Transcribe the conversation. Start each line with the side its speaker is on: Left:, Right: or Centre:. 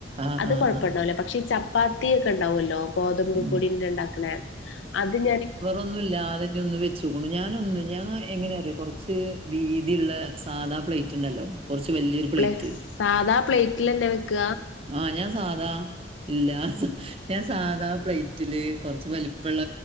Right: ആഹ്
Left: അത്
Right: ആഹ്
Left: കുഴപ്പണ്ടാവൂലേ
Right: ആഹ്
Left: പക്ഷേ ഈ ചപ്പാത്തി ഒക്കെ ഉണ്ടാവല്ലോ ഗോതമ്പ്
Right: ഉം
Left: പൊടിണ്ട് ണ്ടാക്കണേ അത് ഞാന്
Right: ഒന്നല്ലാതെഞ്ഞ് ഒന്ന് വെച്ചോകൊണ്ടു ഞാനൊന്ന് ഞാ എങ്ങന അറിയോ കുറച്ച് വീതിള്ള സാധാ പ്ലേറ്റ്ണ്ടല്ലോ കുറച്ച് വല്ല്യൊരു പ്ലേറ്റ്
Left: പ്ല സാധാ പ്ലേറ്റിലന്നെ വെക്ക
Right: ആഹ ഞാൻ സാധാ ല്ലാസ ഞാൻ സാധാ പ്ലേറ്റില് കുറച്ച് വലിപ്പള്ള